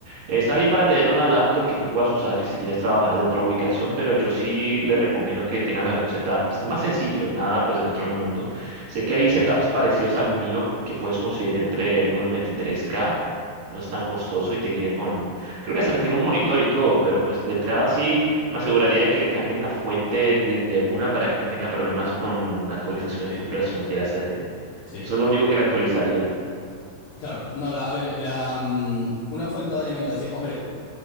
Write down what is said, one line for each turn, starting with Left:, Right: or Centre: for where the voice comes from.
Right: Eh, Está bien para tener una laptop que tú puedas usar si quieres trabajar de otra ubicación, pero yo sí le recomiendo que tengan mejor un setup pues, más sencillo, nada pues del otro mundo. Sé que hay setups parecidos al mío que puedes conseguir entre unos veintitrés k no es tan costoso y te viene con Creo que hasta tiene un monitor y todo, pero pues de entrada sí me aseguraría de que le cambien la fuente de, de una para que no tenga problemas con actualizaciones
Left: Sí.
Right: futuras si no quiere hacer. eh.
Left: Sí,
Right: Eso es lo único que le actualizaría.
Left: claro. No, la, a ver, la, mm, una fuente de alimentación. Hombre,